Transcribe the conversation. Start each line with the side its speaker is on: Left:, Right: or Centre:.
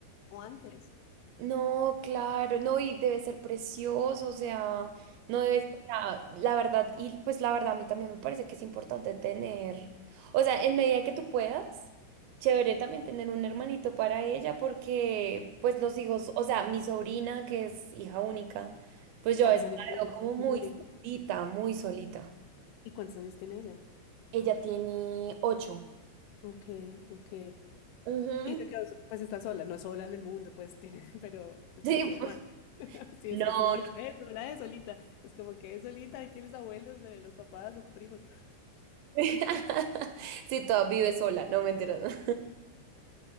Left: o antes.
Right: No, claro, no, y debe ser precioso, o sea, no debe ser, o sea, la verdad, y pues la verdad a mí también me parece que es importante tener, o sea, en medida que tú puedas, chévere también tener un hermanito para ella, porque pues los hijos, o sea, mi sobrina que es hija única, pues yo
Left: ¿Cuántos
Right: a veces
Left: años
Right: la
Left: tiene
Right: veo como muy
Left: tu sobrina?
Right: solita, muy solita.
Left: ¿Y cuántos años tiene ella?
Right: Ella tiene ocho.
Left: Ok, ok.
Right: Ujú.
Left: Y se quedó, so- pues está sola, no sola en el mundo, pues tiene, <laughs> pero pues,
Right: Sí,
Left: no tiene
Right: <laughs>
Left: hermano.
Right: pues,
Left: <laughs> Sí,
Right: no,
Left: es que es como, ay,
Right: no.
Left: no no es, no la es solita. Es como que es solita y tienes abuelos, le- los papás, los primos.
Right: <laughs> Sí, toda vive sola, no me entiendes.